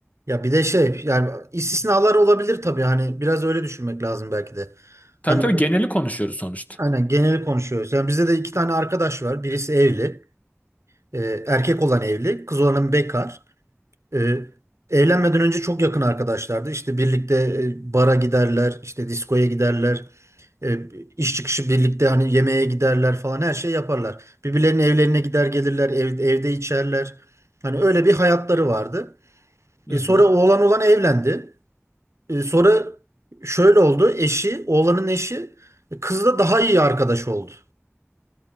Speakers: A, on the right; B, on the left.
A: Ya bir de şey yani istisnalar olabilir tabii hani biraz öyle düşünmek lazım belki de.
B: Tabii
A: Hani
B: tabii geneli konuşuyoruz sonuçta.
A: Aynen geneli konuşuyoruz. Yani bizde de iki tane arkadaş var. Birisi evli. e, erkek olan evli. Kız olanın bekar. E, evlenmeden önce çok yakın arkadaşlardı. İşte birlikte e, bara giderler. işte diskoya giderler. E, iş çıkışı birlikte hani yemeğe giderler falan her şey yaparlar. Birbirlerinin evlerine gider gelirler. Ev, evde içerler. Hani öyle bir hayatları vardı.
B: Hı
A: E,
B: hı.
A: sonra oğlan olan evlendi. E, sonra şöyle oldu. Eşi, oğlanın eşi e, kızla daha iyi arkadaş oldu.